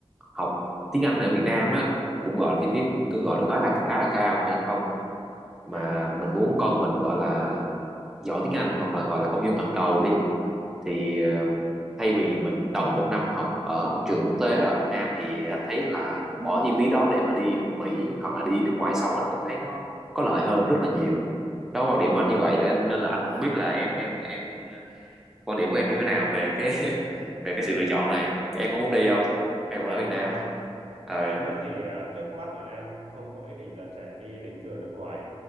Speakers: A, in the centre; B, on the right.
A: học tiếng Anh ở Việt Nam á cũng gọi là chi phí cũng tương gọi được gói là khá là cao đúng không mà
B: dạ.
A: mình muốn con mình gọi là giỏi tiếng Anh hoặc là gọi là công dân toàn cầu đi thì ờ, thay vì mình đóng một năm học ở một trường quốc tế ở Việt Nam thì anh thấy là bỏ chi phí đó để mà đi Mỹ hoặc là đi nước ngoài sống anh vẫn thấy nó có lợi hơn rất là nhiều đó quan điểm của anh như vậy anh nên là anh không biết là em em em quan điểm của em như thế nào về cái <laughs> về cái sự lựa chọn này em có muốn đi không hay vẫn
B: em
A: ở Việt Nam
B: á hả
A: ờ
B: em á thì à, trước mắt là em không có ý định là sẽ đi định cư ở nước ngoài